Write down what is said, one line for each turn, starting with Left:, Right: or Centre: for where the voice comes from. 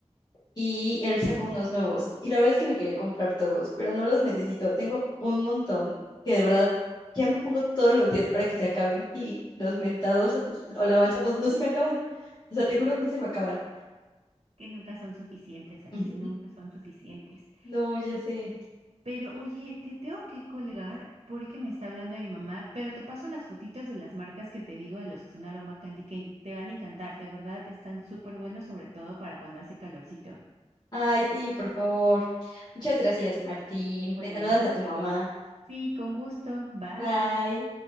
Left: y él sacó unos nuevos. Y la verdad es que me quería comprar todos, pero no los necesito. Tengo un montón que de verdad ya me pongo todos los días para que se acaben y los mentados o la bálsamos no se me acaban. O sea,
Right: No,
Left: te juro, no se me acaban.
Right: que nunca son suficientes, Alice,
Left: <laughs>
Right: nunca son suficientes.
Left: No, ya sé.
Right: Pero oye, te tengo que colgar porque me está hablando mi mamá, pero te paso las fotitos de las marcas que te digo de los que son aroma candy cane. Te van a encantar, de verdad, están súper buenos, sobre todo para cuando hace calorcito.
Left: Ay, sí, por favor. Muchas gracias, Martín.
Right: Bueno.
Left: Me saludas a tu mamá.
Right: Sí, con gusto. Bye.
Left: Bye.